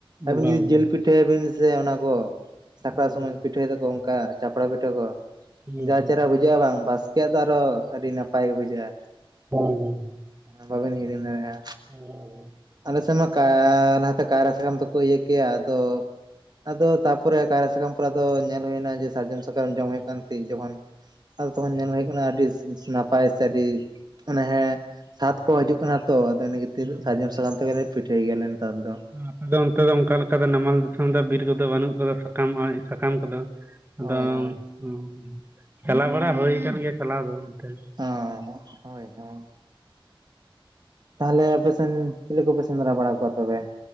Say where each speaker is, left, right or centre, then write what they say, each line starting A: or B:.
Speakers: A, on the right (about 50°); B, on the right (about 25°).
A: ᱟᱹᱵᱤᱱ
B: ᱵᱟᱝ
A: ᱡᱩᱫᱤ
B: ᱵᱟᱝ
A: ᱡᱤᱞ ᱯᱤᱴᱷᱟᱹᱭᱟ ᱵᱤᱱ ᱥᱮ ᱚᱱᱟ ᱠᱚ ᱥᱟᱠᱨᱟᱛ
B: ᱦᱩᱸ
A: ᱥᱚᱢᱚᱭ
B: ᱦᱩᱸ
A: ᱯᱤᱼᱼ ᱯᱤᱴᱷᱟᱹᱭ ᱫᱟᱠᱚ ᱚᱱᱠᱟ ᱪᱟᱯᱲᱟ ᱯᱤᱴᱷᱟᱹ ᱠᱚ
B: ᱦᱩᱸ
A: ᱡᱟ
B: ᱦᱩᱸ
A: ᱪᱮᱦᱨᱟ
B: ᱦᱩᱸ
A: ᱵᱩᱡᱟᱹᱜ-ᱟ ᱵᱟᱝ ᱵᱟᱥ ᱠᱮ ᱭᱟᱜ ᱫᱚ ᱟᱨᱚ ᱟᱹᱰᱤ ᱱᱟᱯᱟᱭ ᱜᱮ ᱵᱩᱡᱷᱟᱹᱜ-ᱟ᱾
B: ᱦᱩᱸ ᱦᱩᱸ᱾
A: ᱦᱚᱸ ᱵᱟᱵᱤᱱ ᱦᱤᱲᱤᱧ ᱫᱟᱲᱮᱜ-ᱟ᱾
B: <unintelligible>
A: ᱟᱞᱮ ᱥᱮᱱ ᱢᱟ ᱠᱟᱭ ᱞᱟᱦᱟ ᱛᱮ ᱠᱟᱭᱨᱟ ᱥᱟᱠᱟᱢ ᱛᱮᱠᱚ ᱤᱭᱟᱹ ᱠᱮᱭᱟ ᱟᱫᱚ ᱟᱫᱚ ᱛᱟᱨᱯᱚᱨᱮ ᱠᱟᱭᱨᱟ ᱥᱟᱠᱟᱢ ᱯᱚᱨᱮ ᱟᱫᱚ ᱧᱮᱞ ᱦᱚᱭ ᱱᱟ ᱡᱮ ᱥᱟᱨᱡᱚᱢ ᱥᱟᱠᱟᱢ ᱡᱚᱢ ᱦᱩᱭᱩᱜ ᱠᱟᱱ ᱛᱤ ᱡᱚᱠᱷᱚᱱᱼᱼ ᱟᱫᱚ ᱛᱚᱠᱷᱚᱱ ᱧᱮᱞ ᱦᱩᱭᱩᱜᱼᱼ ᱚᱱᱟ ᱟᱹᱰᱤᱥ ᱱᱟᱯᱟᱭ ᱥᱮ ᱟᱹᱰᱤ ᱢᱟᱱᱮ ᱦᱮᱸ ᱥᱟᱫᱽ ᱠᱚ ᱦᱤᱡᱩᱜ ᱠᱟᱱᱟ ᱛᱚ᱾ ᱛᱤᱱᱟᱹᱜ
B: ᱦᱩᱸ
A: ᱥᱟᱨᱡᱚᱢ ᱥᱟᱠᱟᱢ ᱛᱮᱜᱮ ᱞᱮ ᱯᱤᱴᱷᱟᱹᱭ ᱜᱮᱭᱟ ᱞᱮ ᱱᱮᱛᱟᱨ ᱫᱚ᱾
B: ᱟᱯᱮ ᱫᱚ ᱚᱱᱛᱮ ᱫᱚ ᱚᱱᱠᱟ ᱞᱮᱠᱟ ᱛᱮ ᱱᱟᱢᱟᱞ ᱫᱚ ᱫᱤᱥᱚᱢ ᱫᱚ ᱵᱤᱨ ᱠᱚᱫᱚ ᱵᱟᱱᱩᱜ ᱠᱟᱫᱟ ᱥᱟᱠᱟᱢ ᱚᱸᱭ ᱥᱟᱠᱟᱢ ᱠᱚᱫᱚ ᱟᱫᱚᱝ
A: ᱦᱳᱭ ᱦᱳᱭ
B: <unintelligible> ᱪᱟᱞᱟᱣ ᱵᱟᱲᱟ ᱦᱩᱭ ᱟᱠᱟᱱ ᱜᱮᱭᱟ ᱪᱟᱞᱟᱣ ᱫᱚ ᱚᱱᱛᱮ᱾
A: ᱟ. ᱦᱟᱸᱜ ᱦᱳᱭ ᱦᱳᱭ᱾ ᱛᱟᱦᱚᱞᱮ ᱟᱯᱮ ᱥᱮᱱ ᱪᱤᱞᱤ ᱠᱩᱯᱮ ᱥᱮᱸᱫᱽᱨᱟ ᱵᱟᱲᱟ ᱠᱚᱣᱟ ᱛᱚᱵᱮ?